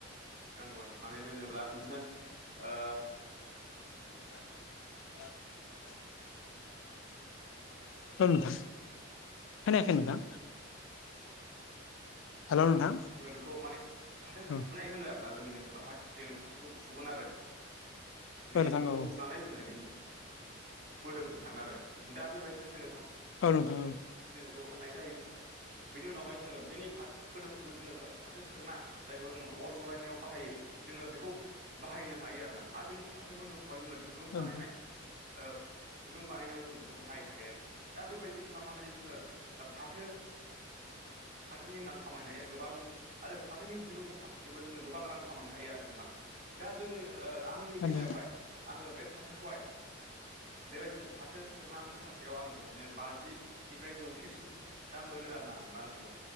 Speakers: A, on the right (about 40°); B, on the left (about 70°).
A: नांगौ आरो माने दोनोब्ला बिदिनो ओ
B: <unintelligible> र नोंथां खोनायाखै नोंथां हेल' नोंथां
A: जोङो बेखौ माने फाथो
B: औ
A: खुनाय होनो आरोना जोंनि ओनसोलावहाय जोङो फाथोखौ खुगोन आरो बिनि
B: नोंथां
A: बिगुरखौ
B: औ
A: खुनानै जोङो बेनि मोदोमजों थान आरो दा बेबायदिनो जोङो
B: औ नोंथां
A: जों बेखौ अननाय जायो नामा बेनि उनावहाय जोङो बेनि फाथो मोदोमखौबो जोङो फाथो सेरना जायखौ जोङो अर जरायनायाव बाहायो जोङो बेखौ बाहायनो हायो आरोना आरो बिनि फाथो मोदोमखौहाय जोङो दुरुं
B: औ
A: बानायनाय
B: नोंथां
A: दुरुं बानायनायाव जोङो बेखौ बाहायनो हायो आरो दा बेबायदि खालामनानै जोङो फाथो फाथोनि मां खामायनो हायो गोबां आरो फाथोनि दिरुंखौ फान नानैबो जोङो गोबां रां खामायनो हायो आरा नोंथां दा जोंनि आंनि
B: होनो
A: बेलायावहाय
B: औ
A: आङो बे फाथोखौहाय बेबायदिनो फाथो सेरना मुथासेयाव आङो बिदिनो बाजिनिफ्राय जौसेसिम दा मोनो आरो ना आं रांखौ